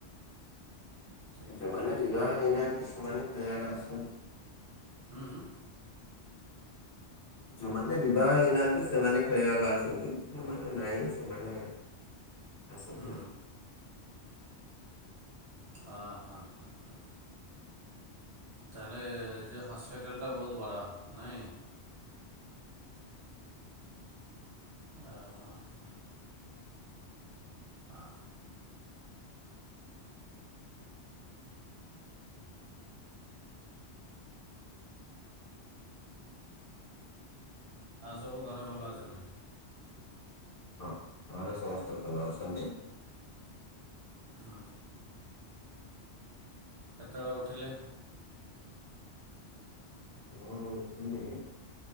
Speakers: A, on the right; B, on the left.
A: ଠିକ୍
B: ଯୋଉ
A: କଥା
B: ମାନେ ବିବାହ ହେଇନାହାନ୍ତି। ସେମାନେ ଖେଳିବାକୁ ଆସନ୍।
A: ହୁଁ ହୁଁ
B: ଯୋଉମାନେ ବିବାହ ହେଇନାହାନ୍ତି, ସେମାନେ ଖେଳିବାକୁ ଆସନ୍ତି, ଯୋଉମାନେ ନାଇଁ ସେମାନେ ଆସନ୍ନ୍ତି
A: ହୁଁ
B: ନାଇ।
A: ହ- ହଁ- ହଁ -ହଁ। ତାହେଲେ ଯେ ହସ୍ପିଟାଲଟା ବହୁତ ବଡ଼, ନାଇଁ? ଓ ହଁ-ହଁ-ହଁ। ହଁ। ଆଉ ସବୁ ଘରେ ଭଲ ଅଛନ୍ତି?
B: ହଁ, ଘରେ ସମସ୍ତେ ଭଲ ଅଛନ୍ତି।
A: ହୁଁ। କେତେବେଳେ ଉଠିଲେ?
B: ମୁଁ ଥିଲି